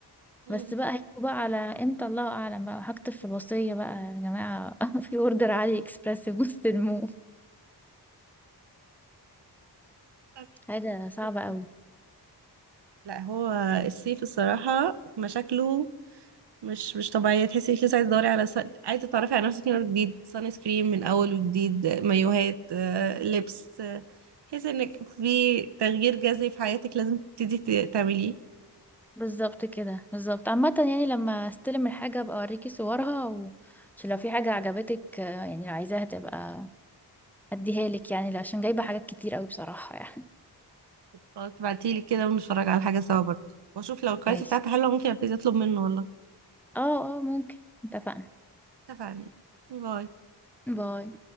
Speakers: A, on the right; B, in the centre.
A: مم.
B: بس بقى هيجوا بقى على امتى الله اعلم بقى هكتب في الوصيه بقى يا جماعه <laughs> في اوردر علي اكسبريس مستلموه
A: طب
B: حاجه صعبه
A: يلا.
B: قوي
A: لا هو الصيف الصراحه مشاكله مش مش طبيعية تحسي انك لسه عايزة تدوري على س... عايزة تتعرفي على نفسك من أول جديد سان سكرين من أول وجديد مايوهات آه، لبس آه، تحسي انك في تغيير جذري في حياتك لازم تبتدي ت- تعمليه
B: بالظبط كده بالظبط عامه يعني لما استلم الحاجه ابقى اوريكي صورها و... عشان لو في حاجه عجبتك آه، يعني لو عايزاها تبقى اديها لك يعني عشان جايبه حاجات كتير قوي بصراحه يعني
A: خلاص تبعتيلي كده ونتفرج على حاجة سوا برضه واشوف لو الكواليتي
B: ماشي
A: بتاعتها حلوة ممكن ابتدي اطلب منه والله
B: اه اه ممكن اتفقنا
A: اتفقنا باي
B: باي